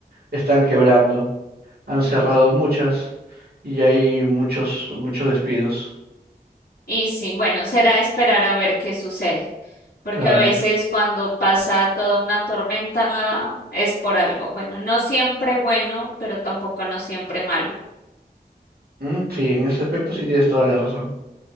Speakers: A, on the right; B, on the left.
A: están quebrando, han cerrado muchas y hay muchos, muchos despidos.
B: Y sí, bueno, será esperar a ver qué sucede, porque
A: Claro.
B: a veces cuando pasa toda una tormenta es por algo. Bueno, no siempre bueno, pero tampoco no siempre malo.
A: Mm, Sí, en ese aspecto sí tienes toda la razón.